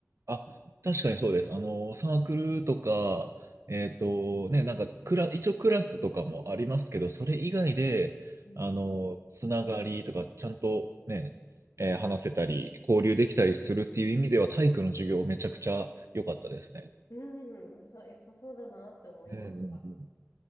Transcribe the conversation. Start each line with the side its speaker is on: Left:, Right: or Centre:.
Right: あ、確かにそうです。あの、サークルとか、えっとね、なんかクラ、一応クラスとかもありますけど、それ以外で、
Left: うん。
Right: あの、つながりとか、ちゃんとね、えー話せたり、交流できたりするっていう意味では、体育の授業めちゃくちゃ良かったですね。
Left: うん、よさ、よさそうだなって思いました。
Right: うんうんうん、